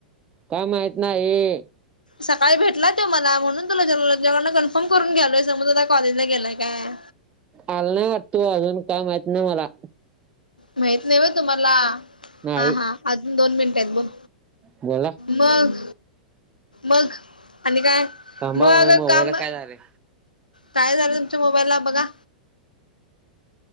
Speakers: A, on the right (about 25°); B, on the left (about 85°).
A: काय माहित नाही
B: सकाळी भेटला तो मला. म्हणून तुला विचारालोय कन्फर्म करून घ्यालोय, समुदादा कॉलेजला गेलाय काय?
A: आला नाही वाटत ओ अजून, काय माहीत नाही मला.
B: माहित नाही व्हय तुम्हाला.
A: नाही
B: हा हा अजून दोन मिनिटयेत बोल.
A: बोला
B: मग मग आणि काय
A: थांबा
B: मग
A: माझ्या मोबाईलला
B: काम
A: काय झालंय
B: काय झालं तुमच्या मोबाईलला बघा.